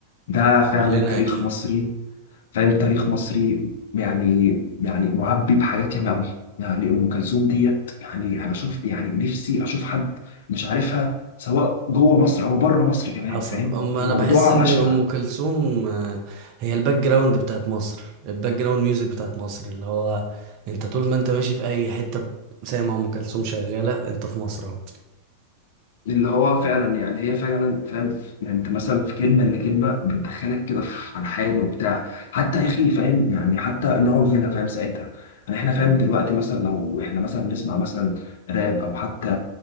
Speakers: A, on the left; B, on the right.
A: ده فعلا
B: كلنا
A: تاريخ
B: اكيد
A: مصري فاهم تاريخ مصري يعني يعني معبي بحاجات ياما قوي يعني ام كلثوم ديت يعني انا اشوف يعني نفسي اشوف حد مش عارفها سواء جوه مصر او بره مصر كمان
B: حصل
A: فاهم
B: أم انا
A: الموضوع
B: بحس ان
A: بشع
B: ام كلثوم آه، هي الباك جراوند بتاعت مصر الباك جراوند ميوزك بتاعت مصر اللي هو انت طول ما انت ماشي في اي حتة سامع ام كلثوم شغالة انت في مصر اهو
A: اللي هو فعلا يعني هي فعلا فاهم يعني انت مثلا في كلمه الا كلمه بتدخلك كده في الحان وبتاع حتى يا اخي فاهم يعني حتى نوع الغنى فاهم ساعتها يعني احنا فاهم دلوقتي مثلا لو احنا مثلا نسمع مثلا راب او حتى